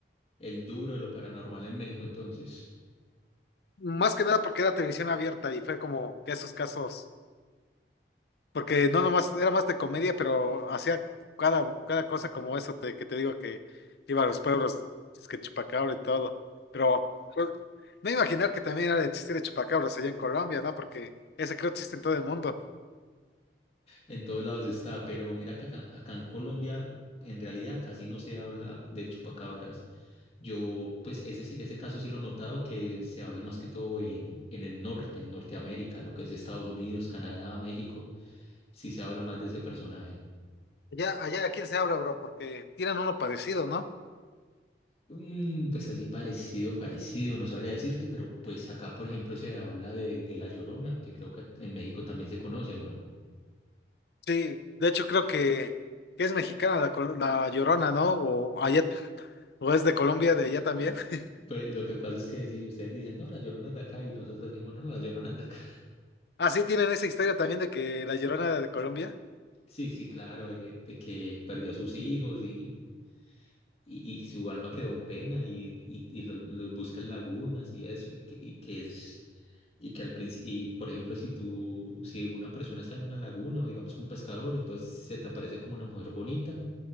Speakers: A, on the left; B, on the left.
A: el duro de lo paranormal en México entonces.
B: Más que nada porque era televisión abierta y fue como que esos casos Porque no nomás, era más de comedia, pero hacía cada, cada cosa como eso te- que te digo que iba a los pueblos, es que chupacabra y todo. Pero pues, no imaginar que también era de chiste de chupacabras allá en Colombia, ¿no? Porque ese creo que existe en todo el mundo.
A: En todos lados está, pero mira que acá, acá en Colombia en realidad casi no se habla del chupacabras. Yo, pues ese, sí- ese caso sí lo he notado que se habla más que todo en, en el norte, en Norteamérica, lo que es Estados Unidos, Canadá, México, sí se habla más de ese personaje.
B: Allá, allá, ¿a quién se habla, bro? Porque tiran uno parecido, ¿no?
A: Mm, pues así parecido, parecido, no sabría decirte, pero pues acá, por ejemplo, se habla de, de La Llorona, que creo que en México también se conoce, ¿o no?
B: Sí, de hecho creo que, que es mexicana la, col- la Llorona, ¿no? O allá, o es de Colombia, de allá también.
A: Eh,
B: <laughs>
A: Pues lo que pasa es que si ustedes dicen, no, La Llorona es de acá y nosotros decimos, no, La Llorona es de acá.
B: Así tienen esa historia también de que la Llorona era de Colombia.
A: Sí, sí, claro, eh, de, que perdió a sus hijos y, y, y su alma quedó en pena y, y, y los, los busca en lagunas y eso, y que, y que es, y que al principio, y por ejemplo, si tú, si una persona está en una laguna o digamos que un pescador, entonces se te aparece como una mujer bonita,